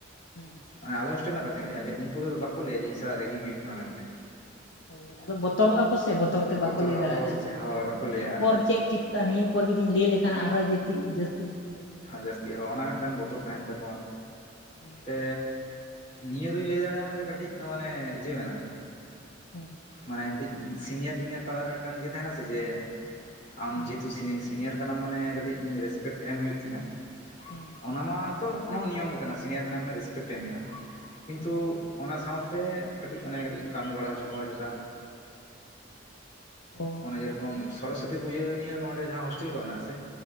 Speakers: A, on the left; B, on the left.
A: ᱦᱮᱸ
B: ᱮ ᱟᱞᱮ ᱦᱚᱥᱴᱮᱞ ᱨᱮᱱᱟᱜ ᱠᱟᱛᱷᱟᱧ ᱞᱮᱫᱼᱟ ᱡᱮ ᱩᱱᱠᱩ ᱠᱚᱫᱚ ᱵᱟᱠᱚ ᱞᱟᱹᱭᱟ ᱡᱮ ᱤᱧ ᱥᱟᱞᱟᱜ ᱨᱮᱜᱤᱧ ᱦᱩᱭᱩᱜ ᱠᱟᱱᱟ ᱢᱮᱱᱛᱮ᱾
A: ᱦᱳᱭ ᱟᱫᱚ ᱵᱚᱛᱚᱨᱚᱜᱼᱟ ᱠᱚ ᱥᱮ ᱵᱚᱛᱚᱨ ᱛᱮ ᱵᱟᱠᱚ
B: ᱵᱚᱛᱚᱨᱚᱜᱼᱟ
A: ᱞᱟᱹᱭ ᱫᱟᱲᱮᱭᱟᱜᱼᱟ
B: ᱠᱚ ᱥᱮ ᱪᱮᱫ ᱦᱳᱭ ᱵᱟᱠᱚ
A: ᱱᱤᱭᱟᱹ
B: ᱞᱟᱹᱭᱟ
A: ᱯᱚᱨ ᱪᱮᱫ ᱪᱤᱠᱟᱹᱜᱼᱟ ᱱᱤᱭᱟᱹ ᱯᱚᱨ ᱡᱩᱫᱤᱧ ᱞᱟᱹᱭ ᱞᱮᱠᱷᱟᱱ ᱟᱨᱚᱸ ᱡᱩᱫᱤ ᱡᱟᱹᱥᱛᱤ ᱧᱚᱜ ᱠᱚ ᱨᱮᱜᱤᱝ ᱤᱧᱟ
B: ᱡᱟᱹᱥᱛᱤ
A: ᱥᱮ ᱠᱚ ᱪᱤᱠᱟᱹᱧᱟ
B: ᱦᱚᱸ ᱚᱱᱟ ᱢᱤᱫᱴᱟᱱ ᱵᱚᱛᱚᱨ
A: ᱦᱳᱭ
B: ᱛᱟᱦᱮᱱ ᱛᱟᱠᱚᱣᱟ
A: ᱦᱩᱸ
B: ᱛᱮ ᱱᱤᱭᱟᱹ ᱫᱩᱧ ᱞᱟᱹᱭ ᱫᱟᱲᱮᱭᱟᱢᱟ ᱡᱮ ᱠᱟᱹᱴᱤᱡ ᱫᱚ ᱢᱟᱱᱮ ᱤᱭᱟᱹ ᱢᱮᱱᱟᱜᱼᱟ᱾
A: ᱦᱩᱸ
B: ᱢᱟᱱᱮ ᱢᱤᱫᱴᱤᱡ ᱥᱤᱱᱤᱭᱟᱨ ᱡᱩᱱᱤᱭᱟᱨ ᱛᱟᱞᱟᱨᱮ ᱢᱤᱫᱴᱟᱱ ᱤᱭᱟᱹ ᱛᱟᱦᱮᱱᱟ ᱥᱮ ᱡᱮ ᱟᱢ
A: ᱦᱩᱸ
B: ᱡᱮᱦᱮᱛᱩ ᱥᱤᱱᱤ ᱥᱤᱱᱤᱭᱟᱨ ᱠᱟᱱᱟᱢ ᱢᱟᱱᱮ ᱠᱟᱹᱴᱤᱡ ᱤᱧ ᱨᱮᱥᱯᱮᱠᱴ ᱮᱢ ᱦᱩᱭᱩᱜ ᱛᱤᱧᱟᱹ᱾
A: ᱦᱩᱸ
B: ᱚᱱᱟ ᱢᱟᱛᱚ ᱚᱱᱟᱢᱟ ᱱᱤᱭᱚᱢ ᱜᱮ ᱠᱟᱱᱟ ᱥᱤᱱᱤᱭᱟᱨ ᱠᱟᱱᱟ ᱢᱟᱱᱮ ᱨᱮᱥᱯᱮᱠᱴ ᱮᱢ ᱦᱩᱭᱩᱜᱼᱟ ᱠᱤᱱᱛᱩ
A: ᱦᱩᱸ
B: ᱚᱱᱟ ᱥᱟᱶᱛᱮ ᱠᱟᱹᱴᱤᱡ ᱚᱱᱮ ᱠᱟᱹᱴᱤᱡ ᱠᱚ ᱠᱟᱹᱢᱤ ᱵᱟᱲᱟ ᱦᱚᱪᱚ ᱠᱚᱣᱟ ᱪᱮᱛᱟ᱾
A: ᱚ
B: ᱚᱱᱮ ᱡᱮᱨᱚᱠᱚᱢ
A: ᱠᱟᱹᱢᱤ
B: ᱥᱚᱨᱚᱥᱚᱛᱤ ᱯᱩᱡᱟᱹ ᱱᱤᱭᱮ ᱱᱚᱸᱰᱮ ᱡᱟᱦᱟᱸ ᱦᱳᱥᱴᱮᱞ ᱠᱚ ᱢᱮᱱᱟᱜᱼᱟ ᱥᱮ